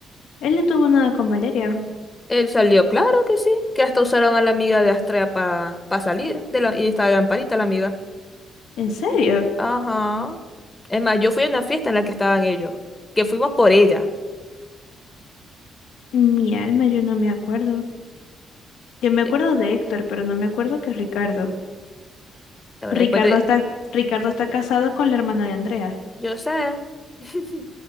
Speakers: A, on the left; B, on the left.
A: Él no tuvo nada con Valeria.
B: Él salió, claro que sí, que hasta usaron a la amiga de Astrea para salir de la, y estaba de lamparita la amiga.
A: ¿En serio?
B: Ajá. Es más, yo fui a una fiesta en la que estaban ellos, que fuimos por ella.
A: Mi alma, yo no me acuerdo. Yo me
B: Eh,
A: acuerdo de Héctor, pero no me acuerdo que es Ricardo.
B: bueno,
A: Ricardo
B: Después de,
A: está, Ricardo está casado con la hermana de Andrea.
B: yo sé, <laughs>